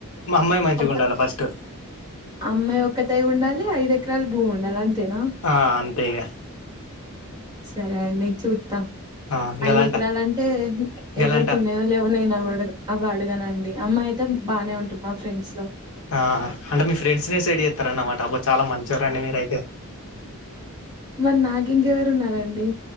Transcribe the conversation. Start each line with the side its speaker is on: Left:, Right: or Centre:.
Left: మా అమ్మాయి మంచిగా
Right: ఒక
Left: ఉండాలి ఫస్ట్
Right: అమ్మాయి ఒక తై ఉండాలి ఐదు ఎకరాలు బూముండలి అంతేనా
Left: ఆ అంతే ఇగ
Right: సరే అండి చూత
Left: ఆ
Right: ఐదు
Left: గలాంట
Right: ఎకరాల అంటే ఎవరికి
Left: గలాంట
Right: ఉన్నాయో లేవో నేను అవ అవడుగను అండి అమ్మాయితే బానే ఉంటరూ మా ఫ్రెండ్స్ లో
Left: ఆ అంటే మీ ఫ్రెండ్స్ ని సేడ్ చేస్తారూ అన్నమాట అ చాలా మంచివారండి మీరయితే
Right: మరి నాకు ఇంకెవరు ఉన్నారండి